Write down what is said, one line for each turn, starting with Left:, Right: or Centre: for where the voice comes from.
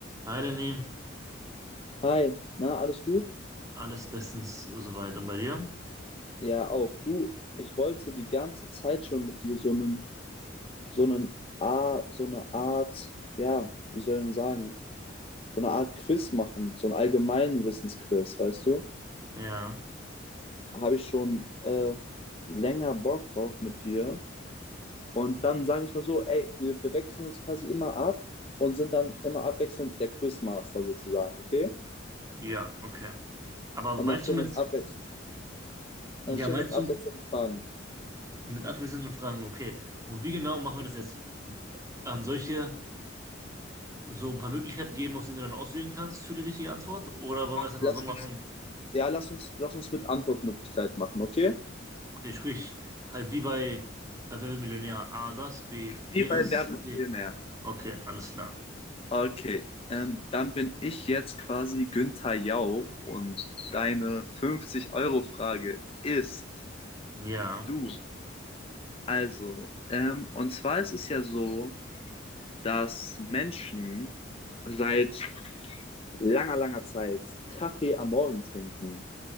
Right: Hi Lenny,
Left: Hi, na, alles gut?
Right: alles bestens soweit und bei dir?
Left: Ja, auch. Du, ich wollte die ganze Zeit schon mit dir so einen, so einen A, so eine Art, ja, wie soll ich denn sagen, so eine Art Quiz machen, so ein allgemeinen Wissensquiz, weißt du?
Right: Ja,
Left: Habe ich schon äh, länger Bock drauf mit dir. Und dann sagen wir es mal so, ey, wir, wir wechseln uns quasi immer ab und sind dann immer abwechselnd der Quizmaster sozusagen, okay?
Right: ja, okay. Aber
Left: Und
Right: meinst
Left: dann stellen
Right: du mit,
Left: wir uns abwechselnd,
Right: ja,
Left: dann stellen
Right: meinst
Left: wir uns abwechselnd
Right: du
Left: Fragen.
Right: mit abwechselnden Fragen, okay. Und wie genau machen wir das jetzt? Ähm, soll ich dir so ein paar Möglichkeiten geben, aus denen du dann auswählen kannst für die richtige Antwort? Oder wollen wir es einfach
Left: Lass
Right: so machen,
Left: uns Ja, lass uns, lass uns mit Antwortmöglichkeit machen, okay?
Right: okay, sprich halt wie bei äh, Wer wird Millionär? A, das, B, jenes,
Left: Wie bei Wer wird
Right: C.
Left: Millionär?
Right: Okay, alles klar.
Left: Okay, ähm, dann bin ich jetzt quasi Günther Jauch und deine 50-Euro-Frage ist
Right: Ja,
Left: du. Also, ähm, und zwar ist es ja so, dass Menschen seit langer, langer Zeit Kaffee am Morgen trinken.